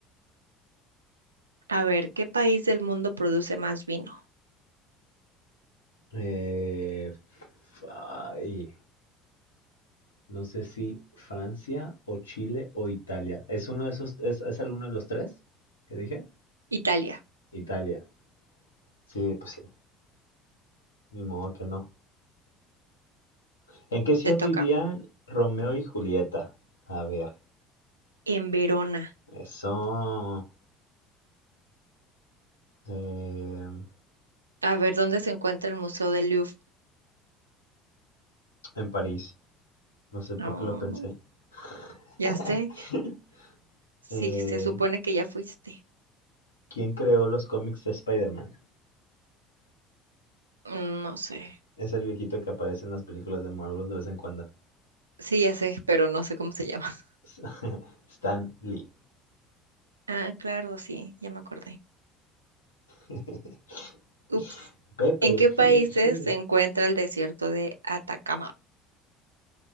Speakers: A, on the right; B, on the left.
A: A ver, ¿qué país del mundo produce más vino?
B: Eh, f- ay, no sé si Francia o Chile o Italia. ¿Es uno de esos, es, es alguno de los tres que dije?
A: Italia,
B: Italia. Sí, pues sí. Ni modo que no. ¿En qué ciudad
A: te toca.
B: vivían Romeo y Julieta? A ver,
A: En Verona.
B: eso. eh,
A: A ver, ¿dónde se encuentra el Museo del Louvre?
B: en París. No sé por
A: Oh,
B: qué lo pensé.
A: ya
B: <laughs>
A: sé. Sí,
B: Eh,
A: se supone que ya fuiste.
B: ¿quién creó los cómics de Spider-Man?
A: Mm, No sé.
B: Es el viejito que aparece en las películas de Marvel de vez en cuando.
A: Sí, ya sé, pero no sé cómo se llama. <laughs>
B: <laughs> Stan Lee.
A: Ah, claro, sí, ya me acordé.
B: <laughs>
A: Ups.
B: Pepe,
A: ¿En qué países
B: sí, sí, sí.
A: se encuentra el desierto de Atacama?